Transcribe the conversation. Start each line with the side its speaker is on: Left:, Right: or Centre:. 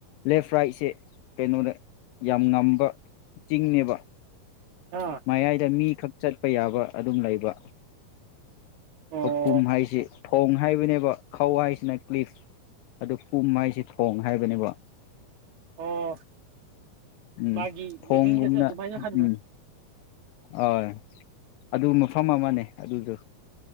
Left: ꯂꯦꯐ ꯔꯥꯏꯠꯁꯦ ꯀꯩꯅꯣꯅꯦ ꯌꯥꯝ ꯉꯝꯕ ꯆꯤꯡꯅꯦꯕ
Right: ꯑꯥ
Left: ꯃꯌꯥꯏꯗ ꯃꯤ ꯈꯛ ꯆꯠꯄ ꯌꯥꯕ ꯑꯗꯨꯝ ꯂꯩꯕ
Right: ꯑꯣ
Left: ꯀꯄꯨꯝ ꯍꯥꯏꯁꯦ ꯊꯣꯡ ꯍꯥꯏꯕꯅꯦꯕ ꯈꯧ ꯍꯥꯏꯁꯤꯅ ꯀ꯭ꯂꯤꯞ ꯑꯗꯨ ꯎꯞ ꯃꯥꯏꯁꯤꯦ ꯊꯣꯡ ꯍꯥꯏꯕꯅꯦꯕ
Right: ꯑꯣ
Left: ꯎꯝ
Right: ꯃꯥꯒꯤ
Left: ꯊꯣꯡꯒꯨꯝꯅ
Right: ꯃꯤꯅꯤꯡꯒꯁꯦ ꯑꯗꯨꯃꯥꯏꯅ ꯍꯟꯕ
Left: ꯎꯝ ꯍꯣꯏ ꯑꯗꯨ ꯃꯐꯝ ꯑꯃꯅꯦ ꯑꯗꯨꯁꯨ